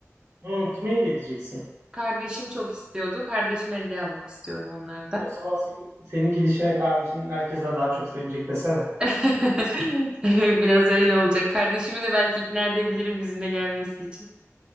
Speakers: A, on the right; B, on the right.
A: Hmm, kime hediye edeceksin?
B: Kardeşim çok istiyordu. Kardeşime hediye almak istiyorum onlardan.
A: O zaman senin, senin gidişine kardeşin herkesten daha çok sevinecek desene.
B: <laughs> Biraz öyle olacak. Kardeşimi de belki ikna edebilirim bizimle gelmesi için.